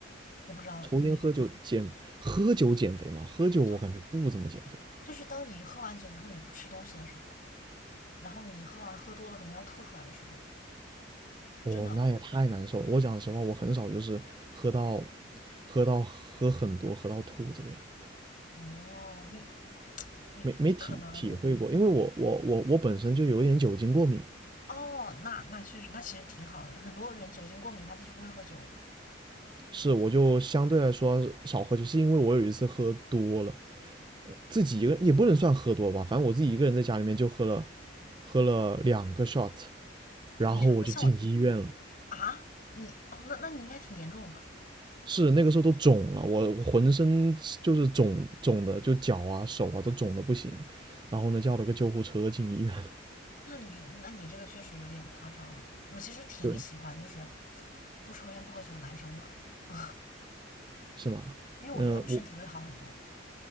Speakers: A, on the left; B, on the right.
A: 我不知道你
B: 抽烟喝酒减喝酒减肥嘛，喝酒我感觉不怎么减肥吧。
A: 喝酒就是当你喝完酒以后，你不吃东西的时候，然后你喝完喝多了，可能要吐出来的时候，
B: 哦，
A: 真的，
B: 那也太难受了。我讲实话，我很少就是喝到喝到喝很多喝到吐这个样子，
A: 哦，你你可能，
B: 没没体体会过，因为我我我我本身就有点酒精过敏。
A: 哦，那那确实，那其实挺好的。很多人酒精过敏的话，他就不会喝酒了
B: 是，我就相对来说少喝酒，是因为我有一次喝多了，呃自己一个也不能算喝多了吧，反正我自己一个人在家里面就喝了，喝了两个 shot，然后我就进医院了。
A: 啊，两个笑点啊，你哦，那那你应该挺严重的。
B: 是那个时候都肿了，我我浑身就是肿肿的，就脚啊手啊都肿的不行。然后呢，叫了个救护车进医院了。
A: 那你那你这个确实有点夸张。我其实挺喜欢就是
B: 对，
A: 不抽烟不喝酒的男生的，<laughs>
B: 是吗？
A: 因为我觉得他们身体会好很多，
B: 嗯、我